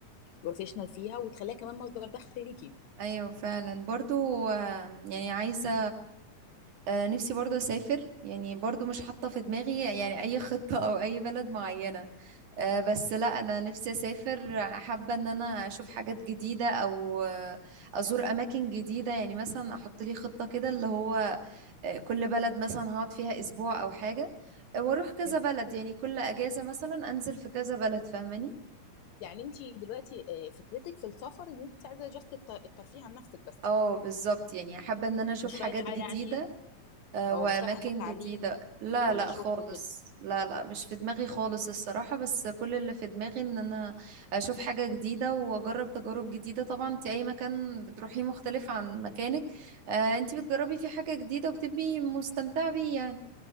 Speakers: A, on the left (about 70°); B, on the right (about 70°).
A: بروفيشنال فيها وتخليها كمان مصدر دخل ليكي
B: ايوه فعلا برضو آم، يعني عايزة آه، نفسي برضو أسافر يعني برضو مش حاطة في دماغي يعني أي خطة أو أي بلد معينة آه، بس لا أنا نفسي أسافر حابة إن أنا أشوف حاجات جديدة أو آه، أزور أماكن جديدة يعني مثلا أحط لي خطة كده اللي هو آه، كل بلد مثلا هقعد فيها أسبوع أو حاجة آه، وأروح كذا
A: حلو
B: بلد يعني كل أجازة مثلا أنزل في كذا بلد فاهماني؟
A: يعني انت دلوقتي آه، فكرتك في السفر ان انت عايزه جاست الترفيه عن نفسك بس
B: اه
A: يعني
B: بالظبط يعني حابة ان انا اشوف
A: مش
B: حاجات
A: رايحه
B: جديدة
A: يعني
B: آه،
A: او
B: وأماكن
A: مش رايحه كتعليم
B: جديدة لا
A: ولا
B: لا
A: شغل
B: خالص
A: وكده
B: لا لا مش في دماغي خالص الصراحة بس كل اللي في دماغي إن أنا أشوف حاجة جديدة وأجرب تجارب جديدة طبعا أنت أي مكان بتروحيه مختلف عن مكانك آه، أنت بتجربي فيه حاجة جديدة وبتبقي مستمتعة بيه يعني